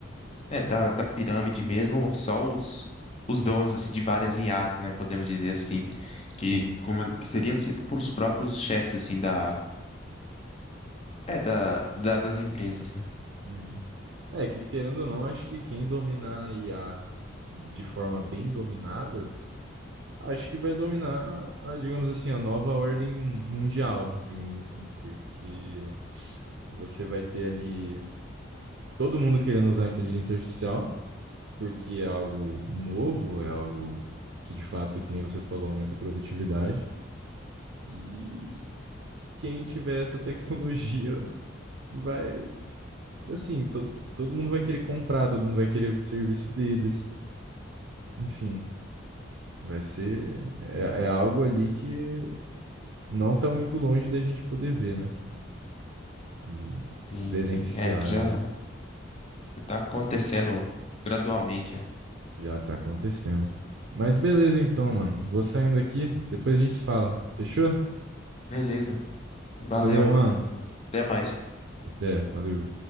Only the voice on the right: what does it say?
sim.
uhum. É que, querendo ou não, acho que quem dominar a IA de forma bem dominada, acho que vai dominar, a, digamos assim, a nova ordem mundial, digamos assim, porque você vai ter ali todo mundo querendo usar a inteligência artificial. porque é algo novo, é algo que de fato, que nem você falou, aumenta a produtividade. E quem tiver essa <laughs> tecnologia vai, assim, todo, todo mundo vai querer comprar, todo mundo vai querer o serviço deles. Enfim, vai ser. É, é algo ali que não tá muito longe da gente poder ver, né? E
presenciar
ali
já tá acontecendo. Mas beleza então, mano. Vou saindo aqui, depois a gente se fala. Fechou?
Valeu, mano.
Até, valeu.